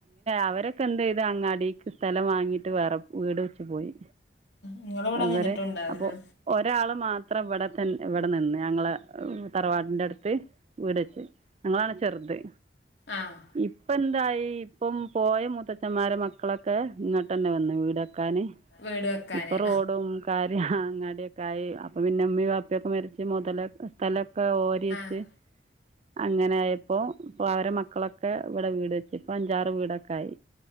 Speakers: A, on the right; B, on the left.
A: അവരൊക്ക എന്തെയ്ത് അങ്ങാടീക്ക് സ്ഥലം വാങ്ങീട്ട് വേറ വീട് വെച്ച് പോയി
B: നിങ്ങളിവിടെ
A: അവര്
B: നിന്നിട്ടുണ്ടാവൂലേ
A: അപ്പൊ ഒരാള് മാത്രം ഇവടെ തൻ ഇവടെ നിന്ന് ഞങ്ങള തറവാടിന്റെടുത്ത് വീട് ച്ച് ഞങ്ങളാണ് ചെറ്ത്
B: ആഹ്
A: ഇപ്പന്തായി ഇപ്പം പോയ് ഇ മൂത്തച്ഛമ്മാരെ മക്കളൊക്കെ ഇങ്ങ തന്നെ വന്ന് വീടക്കാന്
B: വീട് വെക്കാന്
A: ഇപ്പൊ റോഡും കാര്യ അങ്ങാടി ക്കായി അപ്പൊ പിന്നെമ്മി വാപ്പിയൊക്കെ മരിച്ച് മുതല സ്ഥലൊക്കെ ഓരിയെച്ച്
B: ആഹ് ആഹ്
A: അങ്ങനെ ആയപ്പോ ഇപ്പൊ അവരെ മക്കളൊക്കെ ഇവടെ വീട് വച്ച് ഇപ്പ അഞ്ചാറ് വീടൊക്കെ ആയി